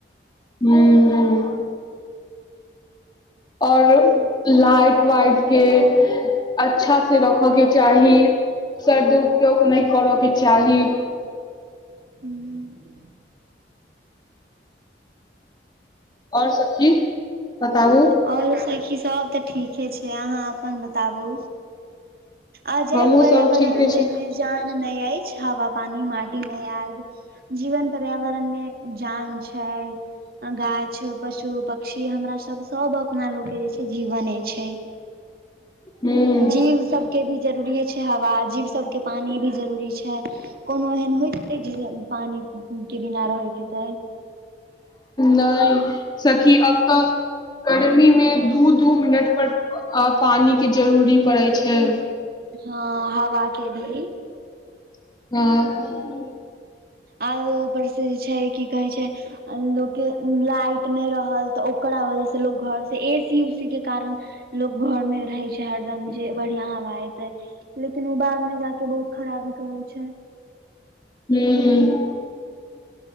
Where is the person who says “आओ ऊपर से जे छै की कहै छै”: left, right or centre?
Right